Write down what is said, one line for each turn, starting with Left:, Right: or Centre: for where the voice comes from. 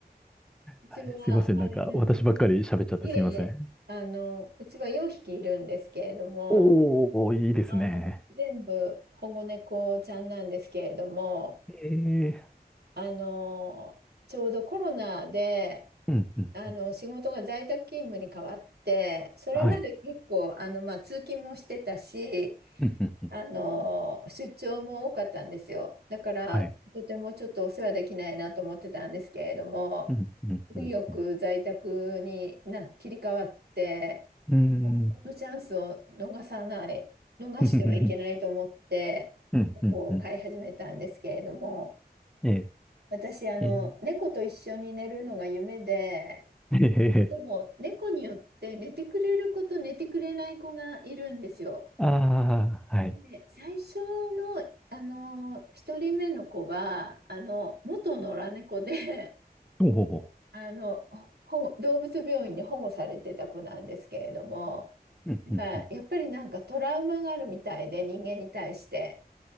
Right: うちはあれなんですね。
Centre: はい、すいません。なんか、私ばっかり喋っちゃってすいません。
Right: いえいえ、あの、うちは4匹いるんですけれども、
Centre: おー、いいですね。
Right: あの、全部保護猫ちゃんなんですけれども、
Centre: ええ
Right: あの、ちょうどコロナで、
Centre: ー、うん、うん、
Right: あの、
Centre: うん。
Right: 仕事が在宅勤務に変わって、それまで結構、
Centre: はい。
Right: あの、まあ、通勤もしてたし、
Centre: うん、うん、うん。
Right: あの、出張も多かったんですよ。だから、
Centre: はい。
Right: とてもちょっとお世話できないなと思ってたんですけれども、
Centre: うん、うん、
Right: 運よく在宅にな切り替わって、
Centre: うん。うん、うーん、
Right: このチャンスを逃さない、逃してはいけないと思って、
Centre: <laughs> うん。うん、
Right: 猫を飼い始めたんですけれども、
Centre: うん、え
Right: 私、あの、
Centre: えー
Right: 猫と一緒に寝るのが夢で、
Centre: えー
Right: でも、猫によって寝てくれる子と寝てくれない子がいるんですよ。
Centre: ああ、はい。
Right: で、最初の、あの、一人目の子は、あの、元野良猫で、
Centre: ほうほうほ
Right: あの、保護動物病院に保護されてた子なんですけれども、
Centre: う。うん、
Right: なんかやっぱりなんかトラウマがあるみたいで、
Centre: うん、うん。
Right: 人間に対して。